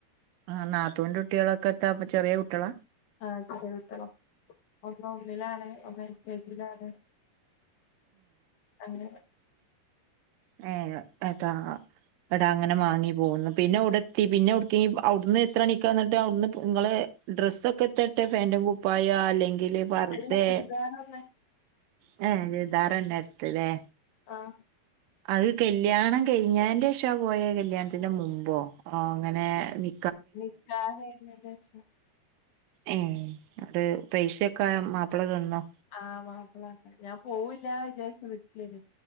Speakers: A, on the right; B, on the left.
A: ആഹ് നാത്തൂന്റെ കുട്ടിയളൊക്കെത്ത ഇപ്പൊ ചെറിയ കുട്ടികള.
B: ആഹ് ചെറിയ കുട്ടിയള. ഒന്ന് ഒന്നിലാണ് ഒന്ന് എൽ കെ ജിലാണ് അങ്ങനെ-
A: ഏ അതാ ഇന്നിട്ട് അങ്ങനെ മാങ്ങി പോന്ന് പിന്നെ എവുടെ എത്തി പിന്നെവുട്ക്കേനു അവുട്ന്ന് എത്രണിക്കന്നിട്ട് അവുട്ന്ന് പോ ഇങ്ങള് ഡ്രസ്സൊക്കെ എത്ത ഇട്ടേ ഫാൻും കുപ്പായ അല്ലെ ങ്കില് പർദേ
B: നല്ല ചുരിദാറൊന്ന്
A: <unintelligible> ചുരിദാറെന്നെ എട്ത്ത്ലേ
B: ആഹ്
A: അത് കല്യാണം കഴിഞ്ഞേൻ്റെ ശേഷം പോയേ കല്യാണത്തിന്റെ മുമ്പോ ഏ ഇങ്ങനെ നി
B: നിക്കാഹ് കഴിഞ്ഞേൻ്റെ ശേഷം
A: ഏന്നിട്ട് പൈസ ഒക്കെ മാപ്പിള തന്നോ?
B: ആഹ് മാപ്പിള തന്ന് ഞാൻ പോവില്ല വിചാരിച്ച് നിക്കേനി-